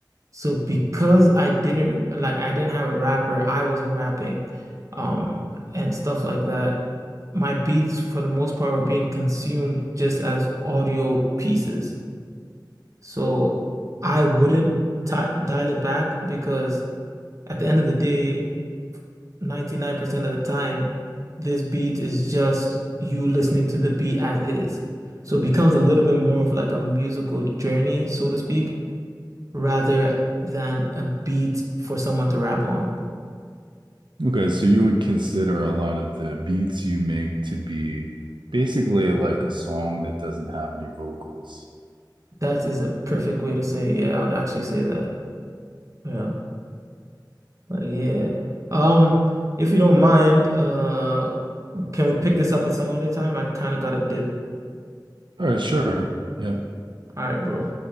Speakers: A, on the right (about 40°); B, on the right (about 85°).
A: So because I didn't like I didn't have a rapper, I wasn't rapping, um, and stuff like that. My beats for the most part were being consumed just as audio pieces. So I wouldn't ti dial it back because at the end of the day, 99% of the time, this beat is just you listening to the beat as is. So it becomes a little bit more of like a musical journey, so to speak, rather than a beat for someone to rap on.
B: Okay, so you would consider a lot of the beats you make to be basically like a song that doesn't have any vocals.
A: That is a perfect way to say, it. yeah, I would actually say that. Yeah. But yeah. Um, if you don't mind, uh, can we pick this up at some other time? I kind of got a dip.
B: All right, sure. Yeah.
A: All right, bro.